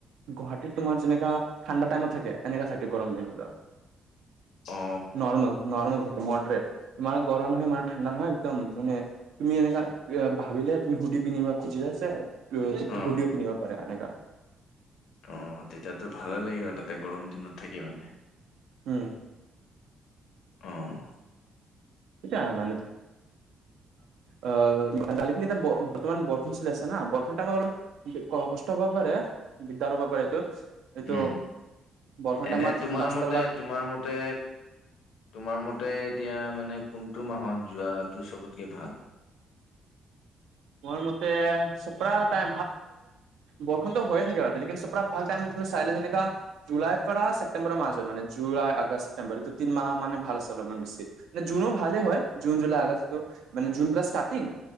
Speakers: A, on the right; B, on the left.
A: গুৱাহাটীত তোমাৰ যেনেকা ঠাণ্ডা টাইমত থাকে এনেকা থাকে গৰম দিনতো।
B: অ
A: নৰ্মেল - নৰ্মেল থাকে। মোৰ তাতে ইমান গৰম নহয় মানে ঠাণ্ডা নহয় একদম মানে তুমি এনেকা ভাবিলে তুমি সুধি পিনি খুজি আছে,
B: অ'
A: সুধিও পিন্ধিব পাৰা এনেকা
B: অ' তেতিয়াতো ভালে লাগিব তা, এ, গৰম দিনত থাকি মানে।
A: উম,
B: অহ, '
A: সয়া মানে আহ গালিখিনি এতিয়া বৰ্তমান বৰষণ চলি আছে না বৰ্ষণটা আমাৰ অলপ কষ্ট হব পাৰে দিগদাৰ হ'ব পাৰে এইটো এইটো
B: উম
A: বৰষুণ টাইমত
B: এনে তোমাৰ
A: ৰাস্তাবিলাক
B: মতে তোমাৰ মতে তোমাৰ মতে এতিয়া মানে । কোনটো মাহত যোৱাটো চবতকে ভাল
A: মোৰ ভাইমতিয়া বৰষুতো হৈয়ে থাকে চৰা ভাল টাইম চাই যেনেকা জুলাই পৰা ছেপ্তেম্বৰৰ মাজ হয় মানে জুলাই আগষ্ট ছেপেম্বৰটো তি মাহ মানে ভাল আছে অলপমান বেছি জুনো ভালে হয় জুন জুলাই আগষ্টটো মানে জুন ষ্টাৰ্টিংু